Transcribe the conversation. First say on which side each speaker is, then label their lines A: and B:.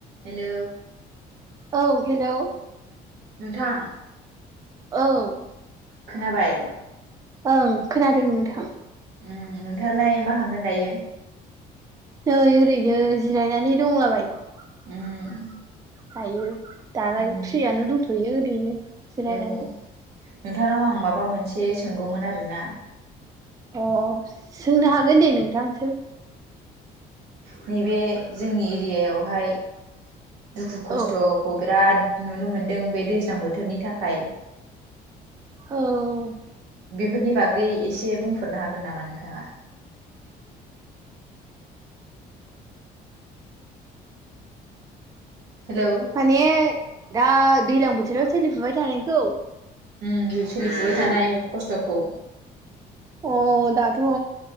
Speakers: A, on the right; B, on the right.
A: Hello
B: औ हेल'।
A: नोंथां।
B: औ।
A: खोनाबाय।
B: ओं खोनादों नोंथां।
A: उ नोंथाङालाय मा खालामदों दायो?
B: नै ओरैनो जिरायनानै दंलाबायो।
A: उम।
B: दायो दालाय
A: उम
B: फ्रियानो दंथ'यो ओरैनो जिरायनानै।
A: औ नोंथांनाव आं माबा मोनसे सोंगौमोन आरोना।
B: अ सोंनो हागोन दे नोंथां सों।
A: नैबे जोंनि एरियायावहाय। दुखु खस्थ'खौ
B: औ
A: बिराद नुनो मोनदों बे दैज्लां बोथोरनि थाखाय।
B: औ।
A: फोरनि बागै एसे बुंफोरनो हागोन नामा नोंथाङा। हेलौ
B: माने दा दै्लां बोथोराव सोलिफुबाय थानायखौ।
A: उम सोलिफुबाय थानाय खस्थ'खौ।
B: अ दाथ'